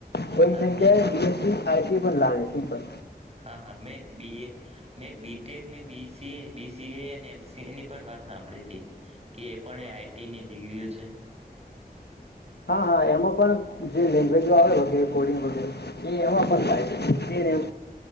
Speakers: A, on the left; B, on the right.
A: કોઈ
B: હા
A: જગ્યાએ
B: મેં
A: બી એસ સી આયસી પણ લાગે છે પણ
B: હા હા મેં બી એ મેં B tech B C B C A અને એમ સી એ ની પણ વાત સાંભળી હતી કે એ પણ એ આઈ ટી ની ડિગ્રીઓ છે.
A: હા હા એમાં પણ જે લેંગ્વેજો આવે વગેરે કોડિંગ વગેરે એ એમાં પણ